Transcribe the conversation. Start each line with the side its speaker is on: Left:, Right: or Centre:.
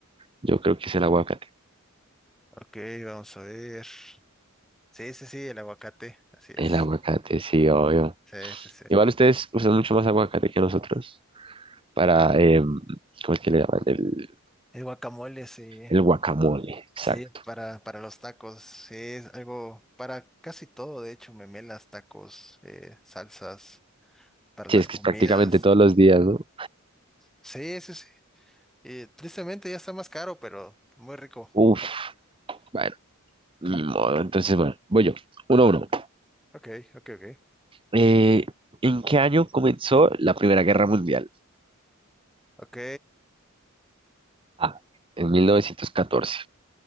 Right: yo creo que es el aguacate.
Centre: ok, vamos a ver. Sí, sí, sí, el aguacate, así
Right: El
Centre: es.
Right: aguacate, sí, obvio.
Centre: Sí, sí, sí.
Right: Igual ustedes usan mucho más aguacate que nosotros para, eh, ¿cómo es que le llaman? El,
Centre: El guacamole, sí.
Right: el guacamole,
Centre: Sí,
Right: exacto.
Centre: para, para los tacos, sí, es algo para casi todo, de hecho, memelas, tacos, eh, salsas, para
Right: Sí,
Centre: las
Right: es que
Centre: comidas.
Right: es prácticamente todos los días, ¿no?
Centre: Sí, sí, sí. Eh, tristemente ya está más caro, pero muy rico.
Right: Uf, bueno, ni modo. Entonces, bueno, voy yo. Uno a uno.
Centre: Ok, ok, ok.
Right: Eh, ¿en qué año comenzó la Primera Guerra Mundial?
Centre: Ok,
Right: Ah, en 1914.